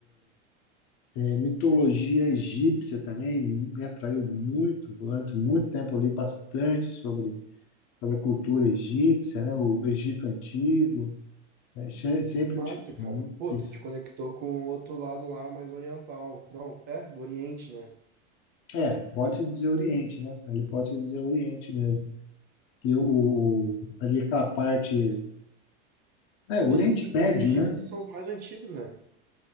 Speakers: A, on the left; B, on the right.
A: É, mitologia egípcia também me atraiu muito. Durante muito tempo, eu li bastante sobre, sobre a cultura egípcia, né? O Egito Antigo. É, che- sempre
B: que massa,
A: me chamou
B: cara.
A: muito
B: Pô,
A: atenção.
B: tu te conectou com o outro lado lá, mais oriental. Não, é, do Oriente, né?
A: É, pode-se dizer Oriente, né? Ali pode-se dizer Oriente mesmo. Que o, ali aquela parte. É, é, Oriente
B: Dizem que
A: Médio,
B: os egípcios
A: né?
B: são os mais antigos, né?